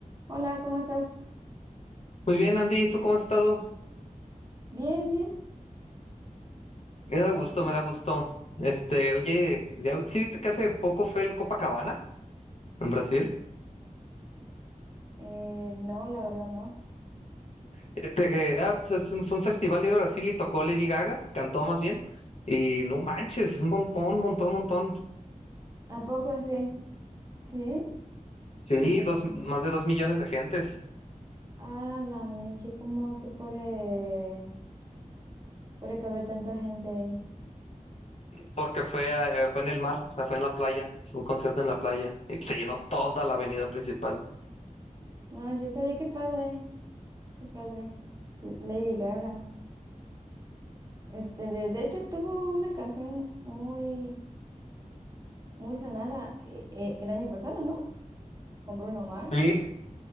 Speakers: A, on the right; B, on the left.
A: Hola, ¿cómo estás?
B: Muy bien, Andy, ¿tú cómo has estado?
A: Bien, bien.
B: Me da gusto,
A: Mm,
B: me da gusto. Este, oye, ya- ¿sí viste que hace poco fue el Copacabana en Brasil?
A: eh, no, la verdad no.
B: Este que ah, pues, es un- fue un festival de Brasil y tocó Lady Gaga, cantó más bien. Y no manches, un montón, montón, montón.
A: ¿A poco sí? Sí.
B: Sí,
A: Y,
B: dos, más de dos millones de gentes,
A: ah, la meche, ¿cómo es que puede, puede caber tanta gente ahí?
B: porque fue, eh, fue en el mar, o sea, fue en la playa, fue un concierto en la playa, y se llenó toda la avenida principal.
A: No, yo oye, qué padre, qué padre. L- Lady Gaga. Este, de, de hecho, tuvo una canción muy, muy sonada eh, eh, el año pasado, ¿no? Con Bruno Mars.
B: Sí.